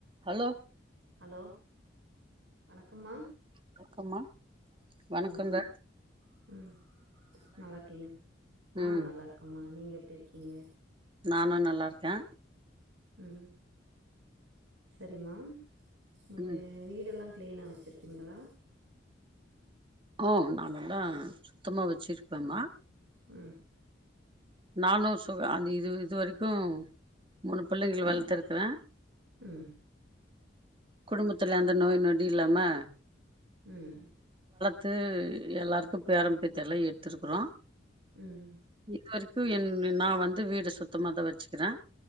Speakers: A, on the right (about 25°); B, on the right (about 85°).
A: Hello
B: hello வணக் அம்மா
A: வணக்கம்மா வணக்கங்க
B: வணக்கம் உ நல்லா இருக்கீங்
A: ம்
B: ஆ நல்லா இருக்கம்மா நீங்க இருக்கீங்க
A: நானு நல்லா இருக்கே
B: உ சரிமா இங்க
A: ம்
B: வீடெல்லா கிளீனா வச்சிருப்பீங்களா
A: ஓ நா எல்லா சுத்தமா வச்சிருப்பேமா
B: உ
A: நானு சு அந்த இது இது வரைக்கு மூணு பிள்ளைகள் வளத்துருக்கிறே
B: ம்
A: குடும்பத்துல எந்த நோய் நொடி இல்லாம
B: ம்
A: து எல்லாருக்கும் பேரன்பேத்தி எல்லாம் எடுத்திருக்குறோம்
B: ம்
A: இது வரைக்கும் என் நா வந்து வீட சுத்தமாதான் வச்சிக்கிறே